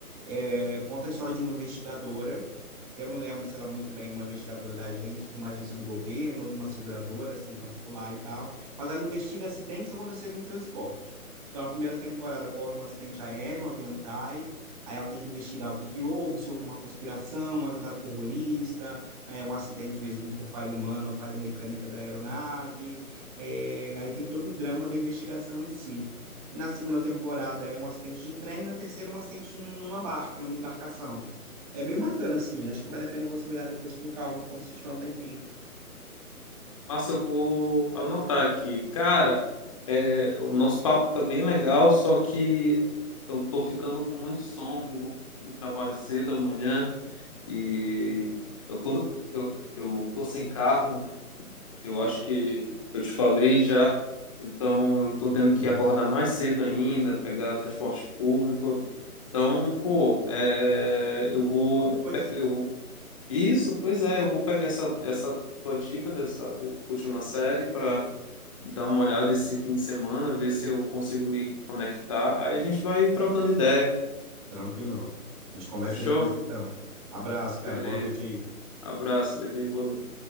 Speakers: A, on the right; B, on the left.
A: é- conta a história de uma investigadora. Eu não lembro se ela é muito bem uma investigadora da agência, de uma agência do governo ou de uma seguradora assim particular e tal, mas ela investiga acidentes que aconteceram em transporte. Então, na primeira temporada ocorre um acidente aéreo, um avião cai, Aí ela tem que investigar o que que houve, se houve uma conspiração, um atentado terrorista, é, um acidente mesmo por falha humana ou falha mecânica da aeronave. É, aí tem todo o drama da investigação em si. Na segunda temporada é um acidente de trem, na terceira é um acidente de, numa barca, numa embarcação. É bem bacana, assim. Acho que vale a pena você olhar depois com calma, quando você tiver um tempinho.
B: Nossa, eu vou anotar aqui. Cara, é, o nosso papo tá bem legal, só que eu tô ficando com muito sono. Eu vou pro trabalho cedo amanhã e eu tô, eu, eu tô sem carro. Eu acho que eu te falei já, então eu
A: Então,
B: tô tendo
A: beleza.
B: que acordar mais cedo ainda, pegar transporte público. Então, pô, é, eu vou,
A: A gente se fala depois.
B: pe- eu vou- Isso, pois é, eu vou pegar essa, essa tua dica dessa u- última série para dar uma olhada esse fim de semana, ver se eu consigo me conectar. Aí a gente vai trocando ideia,
A: Tranquilão. A gente conversa
B: fechou?
A: depois, então. Abraço, cara.
B: Beleza.
A: Boa noite aí.
B: Abraço, Levi, boa noite.